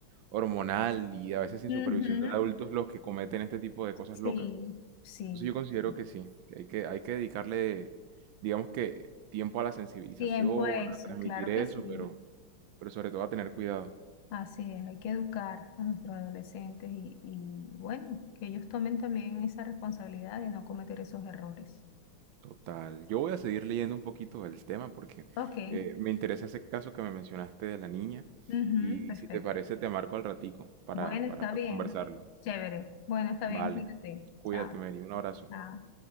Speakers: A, on the right (about 75°); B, on the left (about 80°).
A: hormonal y a veces sin
B: Ujú,
A: supervisión de adultos los que cometen este tipo de cosas
B: Sí,
A: locas.
B: sí.
A: Entonces yo considero
B: sí.
A: que sí, que hay que, hay que dedicarle, digamos que, tiempo a la sensibilización,
B: Tiempo eso,
A: a transmitir
B: claro
A: eso,
B: que sí.
A: pero, pero sobre todo a tener cuidado.
B: Así es, hay que educar a nuestros adolescentes y, y bueno, que ellos tomen también esa responsabilidad de no cometer esos errores.
A: Total. Yo voy a seguir leyendo un poquito del tema porque
B: Ok,
A: eh, me interesa ese caso que me mencionaste de la niña
B: ujú,
A: y
B: perfecto.
A: si te parece te marco al ratico para,
B: Bueno,
A: para
B: está
A: pues
B: bien.
A: conversarlo.
B: Chévere. Bueno, está
A: Vale.
B: bien, cuídate.
A: Cuídate,
B: Chao.
A: Mary. Un abrazo.
B: Chao.